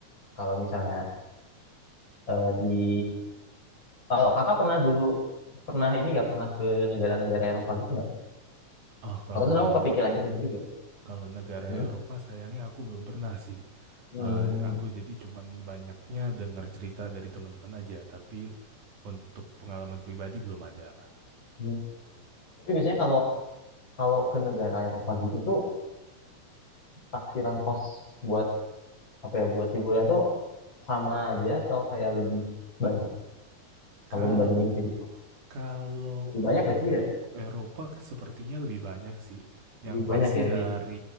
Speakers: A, on the left; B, on the right.
A: kalau misalnya eh, di kalau kakak pernah dulu pernah ini nggak pernah ke negara-negara Eropa gitu nggak?
B: Ah, kalau
A: Kalau tuh kamu kepikiran ke situ juga.
B: Kalau negara
A: Hmm.
B: Eropa sayangnya aku belum pernah sih.
A: Hmm.
B: Eh, aku jadi cuman banyaknya dengar cerita dari teman-teman aja, tapi untuk pengalaman pribadi belum ada.
A: Hmm.
B: Gitu.
A: Tapi biasanya kalau kalau ke negara Eropa gitu tuh taksiran kos buat apa ya buat liburan tuh sama aja atau kayak lebih banyak kalau
B: Kal
A: dibandingin ke Jepang
B: kalau
A: lebih banyak
B: untuk
A: gak sih ya
B: Eropa sepertinya lebih banyak sih. Yang
A: lebih
B: pasti
A: banyak ya
B: dari
A: iya